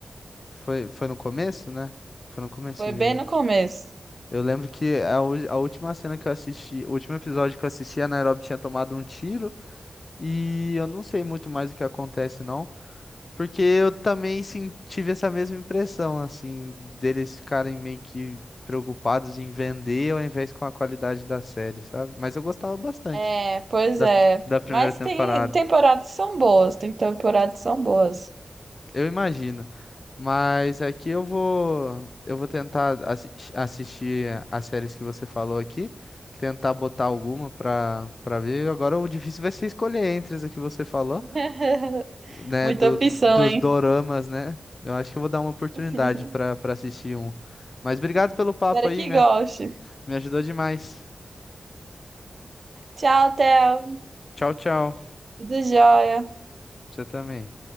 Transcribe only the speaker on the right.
Foi bem
no começo.
É, pois
é.
Mas
tem temporadas que são boas, tem temporadas que são boas.
<laughs>
Muita
opção,
hein?
<laughs>
Espero
que
goste.
Tchau, Theo.
Tudo jóia.